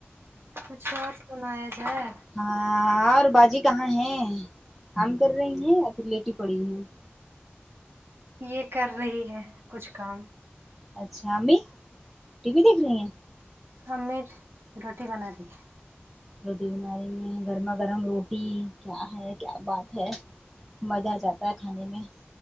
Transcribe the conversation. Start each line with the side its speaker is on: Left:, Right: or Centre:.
Right: کچھ اور سنایا جائے
Centre: ہاں اور باجی کہاں ہے کام کر رہی ہیں یا پھر لیٹی پڑی ہیں
Right: یہ کر رہی ہے کچھ کام
Centre: اچھا امی ٹی وی دیکھ رہی ہیں
Right: امی روٹی بنا رہی ہے
Centre: روٹی بنا رہی ہیں گرما گرم روٹی کیا ہے کیا بات ہے مزہ ا جاتا ہے کھانے میں